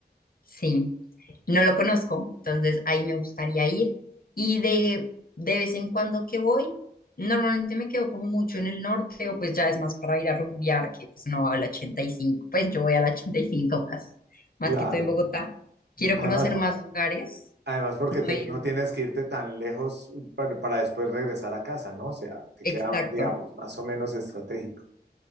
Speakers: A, on the left; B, on the right.
A: sí. no lo conozco, entonces ahí me gustaría ir. Y de, de vez en cuando que voy, normalmente me quedo como mucho en el norte o pues ya es más para ir a rumbear, que pues no va al ochenta y cinco pues yo voy al 85 más, más
B: claro.
A: que todo en Bogotá. Quiero
B: Además,
A: conocer
B: po-
A: más lugares.
B: además porque
A: No
B: te-
A: he ido-
B: no tienes que irte tan lejos para, para después regresar a casa, ¿no? O sea, te queda,
A: Exacto,
B: digamos, más o menos estratégico.